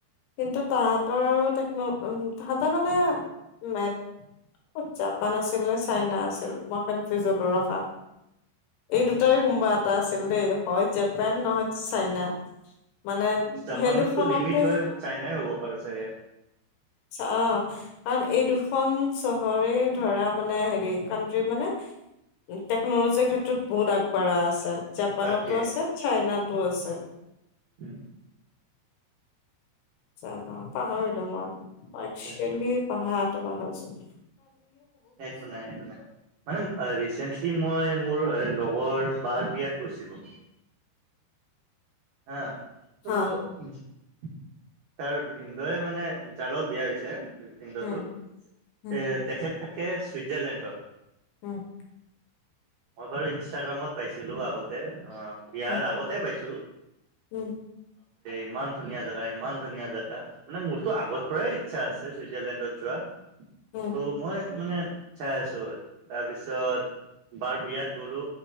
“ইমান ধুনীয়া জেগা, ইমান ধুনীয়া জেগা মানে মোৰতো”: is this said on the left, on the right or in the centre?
Right